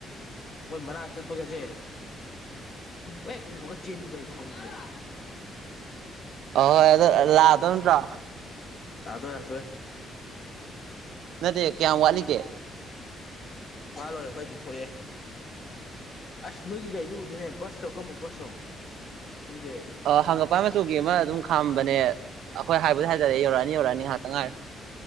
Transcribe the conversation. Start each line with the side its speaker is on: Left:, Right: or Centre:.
Left: ꯃꯣꯏ ꯃꯅꯥ ꯆꯠꯄꯒꯁꯦ ꯍꯦꯛ ꯎꯃꯒ ꯆꯤꯟꯕꯒꯤ ꯈꯣꯡꯅꯤꯡꯕꯅꯦ
Right: ꯑꯍꯣꯏ ꯑꯗꯨ ꯂꯥꯛꯑꯗꯧ ꯅꯠꯇ꯭ꯔꯣ
Left: ꯌꯥꯥꯗꯋꯦ ꯌꯥꯇꯣꯏꯦ
Right: ꯅ ꯀꯌꯥ ꯋꯥꯂꯤ ꯀꯦ
Left: ꯃꯥꯜ ꯂꯣꯏꯔꯦ ꯑꯩꯈꯣꯏ ꯍꯧꯖꯤꯛ ꯊꯣꯛꯑꯦ ꯑꯁ ꯅꯣꯏꯒꯤ ꯒꯥꯔꯤꯗꯨ ꯎꯗꯣꯏꯅꯦ ꯕꯁꯇꯧ ꯀꯔꯝꯝꯕꯨꯛ ꯕꯁꯅꯣ ꯎꯗꯦ
Right: ꯑ ꯍꯪꯉꯛꯄ ꯃꯆꯨꯒꯤ ꯑꯃ ꯑꯗꯨꯝ ꯈꯥꯝꯕꯅꯦ ꯑꯩꯈꯣꯏ ꯍꯥꯏꯕꯗꯤ ꯍꯥꯏꯖꯔꯛꯦ ꯌꯧꯔꯛꯑꯅꯤ ꯌꯧꯔꯛꯑꯅꯤ ꯉꯥꯏꯍꯥꯛꯇ ꯉꯥꯏꯔꯣ